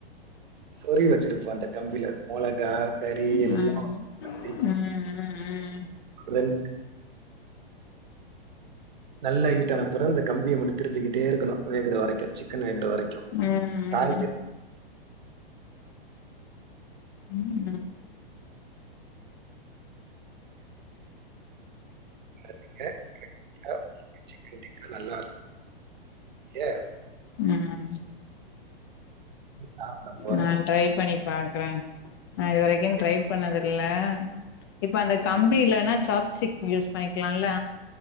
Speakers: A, on the right (about 55°); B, on the left (about 25°).
A: சொறிவு வச்சிருப்போ அந்த கம்பில மொளகா கறி
B: ம்
A: எல்லா தி
B: ம்
A: ரெண் நல்லா ஹீட்டான அப்பற இந்த கம்பிய மட்டு திருப்பிக்கிட்டே இருக்கணு வேகற வரை சிக்கன் வேகுற வரைக்கும்
B: ம் ம்
A: காய்
B: ம்
A: <unintelligible> சிக்கன் டிக்கா நல்லா இருக்கு ஏ
B: உம்
A: சாப்பிட போறேன்
B: நா ட்ரை பண்ணி பாக்குற நா இது வரைக்கு ட்ரை
A: பண்ணி
B: பண்ணதுல்ல
A: பண்ணி.
B: இப்ப அந்த
A: ம்
B: கம்பி இல்லன்னா சாப்ஸ்டிக் யூஸ் பண்ணிக்கலால்ல